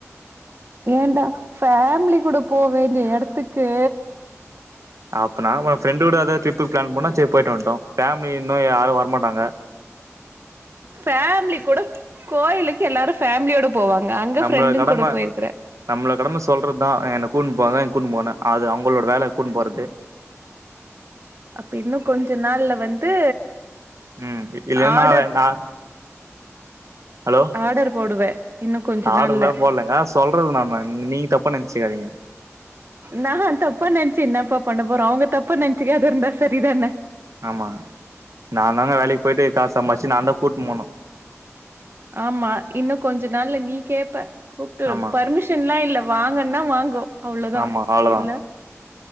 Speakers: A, on the right; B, on the right.
A: ஏண்டா ஃபேமிலி கூட போ வேண்டிய எடத்துக்கு
B: அப்பன்னா ஃரெண்டோட அத ட்ரிப்கு பிளான் பண்ணா சரி போயிட்டு வன்ட்டோ ஃபேமிலி இன்னு யாரு வரமட்டாங்க
A: ஃபேமிலி கூட கோயிலுக்கு எல்லாரு ஃபேமிலியோட போவாங்க அங்க
B: நம்மள
A: ஃப்ரெண்டுங்
B: கடம
A: கூட போயிருக்கற
B: நம்மள கடம சொல்றதுதா என்ன கூன் போங்க என் கூன்டு போனு அது அவுங்களோட வேல கூட்னு போறது
A: அப்ப இன்னு கொஞ்ச நாள்ல வந்து
B: ம் இல்
A: ஆர்டர்
B: நா வே நா ஹலோ
A: ஆர்டர் போடுவே இன்னு கொஞ்ச
B: ஆடர்லா
A: நாள்ல
B: போலங்க சொல்றது நாம நீங்க தப்ப நெனச்சுக்காதீங்க
A: நா தப்பா நெனச்சு என்னப்பா பண்ண போறோ அவுங்க தப்பா நெனச்சுக்க அது இருந்தா சரிதானே
B: ஆமா நாதாங்க வேலைக்கு போயிட்டு காஸ் சம்பாச்சி நாந்தா கூட்டுனு போணு
A: ஆமா இன்னு கொஞ்ச நாள்ள நீ கேப்ப கூப்டு
B: ஆமா
A: பர்மிஷ ன்லா இல்ல வாங்கன்னா வாங்கோ அவ்ளோதா
B: ஆமா அவ்ளோதா
A: இல்ல